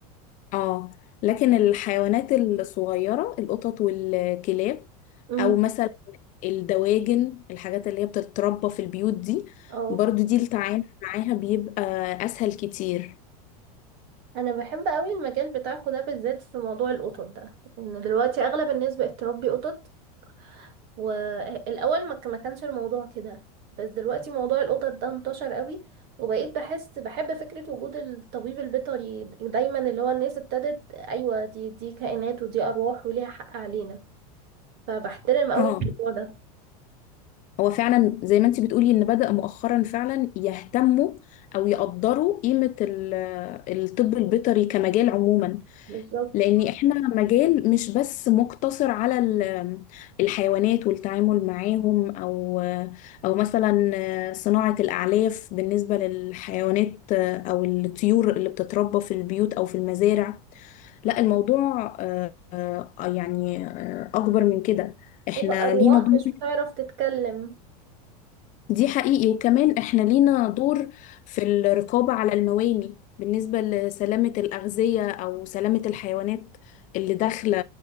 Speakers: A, on the left; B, on the right.
A: اه لكن الحيوانات الصغيرة القطط والكلاب
B: امم
A: او مثلا الدواجن الحاجات اللي هي بتتربى في البيوت دي
B: اه
A: برضو دي التعامل معاها بيبقى اسهل كتير
B: انا بحب قوي المجال بتاعكو ده بالذات في موضوع القطط ده ان دلوقتي اغلب الناس بقت تربي قطط والاول ما ك- ما كانش الموضوع كده بس دلوقتي موضوع القطط ده انتشر قوي وبقيت بحس بحب فكره وجود الطبيب البيطري دايما اللي هو الناس ابتدت ايوه دي دي كائنات ودي ارواح وليها حق علينا فبحترم قوي
A: اه
B: الموضوع ده
A: هو فعلا زي ما انتي بتقولي ان بدأ مؤخرا فعلا يهتموا او يقدروا قيمة ال- الطب البيطري كمجال عموما
B: بالظبط
A: لان احنا مجال مش بس مقتصر على ال- الحيوانات والتعامل معاهم او او مثلا صناعة الاعلاف بالنسبة للحيوانات او الطيور اللي بتتربى في البيوت او في المزارع لا الموضوع آه، آه، يعني آه، اكبر من كده احنا
B: هيبقى أرواح
A: لينا دور
B: مش هتعرف تتكلم
A: دي حقيقي وكمان احنا لينا دور في الرقابة على المواني بالنسبة لسلامة الأغذية أو سلامة الحيوانات اللي داخلة